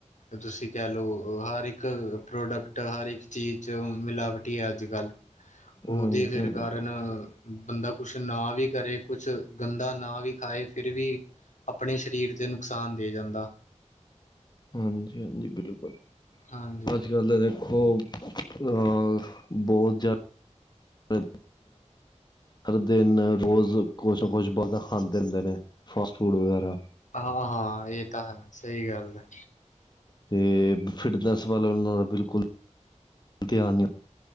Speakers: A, on the left (about 80°); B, on the left (about 35°).
A: ਤੁਸੀਂ ਕਹਿ ਲਓ ਹਰ ਇੱਕ ਪ੍ਰੋਡਕਟ ਹਰ ਇੱਕ ਚੀਜ਼ 'ਚ ਮਿਲਾਵਟੀ ਹੈ ਅੱਜ ਕੱਲ੍ਹ। ਉਹਦੇ
B: ਹਾਂਜੀ
A: ਫਿਰ
B: ਹਾਂਜੀ
A: ਕਾਰਨ। ਬੰਦਾ ਕੁਛ ਨਾ ਵੀ ਕਰੇ ਕੁਛ ਬਂਦਾ ਨਾ ਵੀ ਖਾਏ। ਫਿਰ ਵੀ ਆਪਣੇ ਸਰੀਰ ਤੇ ਨੁਕਸਾਨ ਦੇ ਜਾਂਦਾ।
B: ਹਾਂਜੀ -ਹਾਂਜੀ। ਬਿਲਕੁਲ
A: ਹਾਂਜੀ
B: ਅੱਜ ਕੱਲ੍ਹ ਤਾਂ ਦੇਖੋ। ਉਹ ਹਾਂ ਬਹੁਤ ਜ਼ਿਆਦਾ। ਹਰ ਦਿਨ ਰੋਜ਼ ਕੁਛ ਨਾ ਕੁਛ ਬਾਹਰ ਦਾ ਖਾਂਦੇ ਹੁੰਦੇ ਨੇ ਫਾਸਟ ਫੂਡ ਵਗੈਰਾ।
A: ਹਾਂ- ਹਾਂ ਇਹ ਤਾਂ ਹੈ ਸਹੀ ਗੱਲ ਹੈ।
B: ਤੇ ਫਿਟਨਸ ਵੱਲ ਉਹਨਾਂ ਦਾ ਬਿਲਕੁਲ ਧਿਆਨ ਨਹੀਂ ਹੈ।